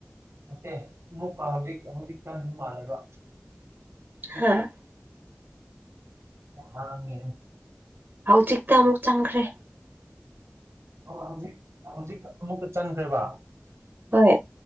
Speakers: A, on the right; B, on the right.
A: ꯑꯣꯀꯦ ꯑꯃꯨꯛꯀ ꯍꯧꯖꯤꯛ ꯍꯧꯖꯤꯛꯇ ꯆꯪ ꯃꯥꯜꯂꯦꯕ
B: ꯍꯥꯥ
A: ꯍꯥꯡꯒꯦ <unintelligible>
B: ꯍꯧꯖꯤꯛꯇ ꯑꯃꯨꯛ ꯆꯪꯈ꯭ꯔꯦ
A: ꯑꯣ ꯍꯧꯖꯤꯛ ꯍꯧꯖꯤꯛ ꯑꯃꯨꯛꯀ ꯆꯟꯈ꯭ꯔꯦꯕ
B: ꯍꯣꯏ